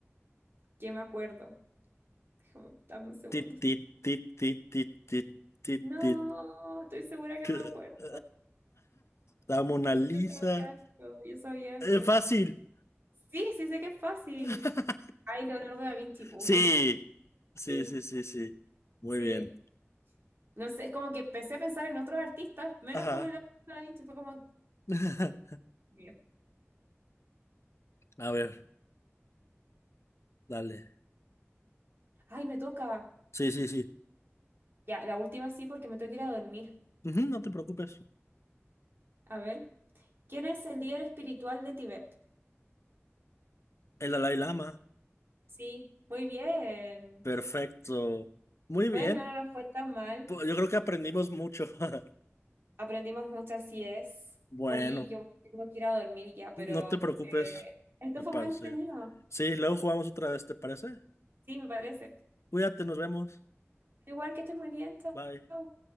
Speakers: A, on the right; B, on the left.
A: que me acuerdo. Déjame, dame un segundo.
B: Tit, tit, tit, tit, tit, tit, tit,
A: No,
B: tit.
A: estoy segura que
B: <laughs>
A: me acuerdo.
B: La Mona Lisa.
A: Yo sabía esto, yo sabía esto.
B: Es fácil.
A: Sí, sí sé que es fácil.
B: <laughs>
A: Ay, Leonardo da Vinci, pues,
B: Sí.
A: obvio. <laughs>
B: Sí,
A: Sí,
B: sí, sí, sí. Muy
A: sí.
B: bien.
A: No sé, es como que empecé a pensar en otros artistas, menos
B: Ajá.
A: como Leonardo da Vinci, fue como...
B: <laughs>
A: Mío.
B: A ver, dale.
A: Ay, me toca.
B: Sí, sí, sí.
A: Ya, la última sí, porque me tengo que ir a dormir.
B: Ujú, no te preocupes.
A: A ver, ¿quién es el líder espiritual de Tibet?
B: El Dalai Lama.
A: Sí, muy bien.
B: Perfecto. Muy bien.
A: Bueno, no nos fue tan mal.
B: Pues, Yo creo que aprendimos mucho. <laughs>
A: Aprendimos mucho, así es.
B: Bueno,
A: Oye, yo me tengo que ir a dormir ya, pero
B: no te preocupes,
A: eh, esto
B: me
A: fue
B: parece.
A: muy entretenido.
B: Sí, luego jugamos otra vez, ¿te parece?
A: Sí, me parece.
B: Cuídate, nos vemos.
A: Igual que estés muy bien, chao.
B: Bye.
A: chao.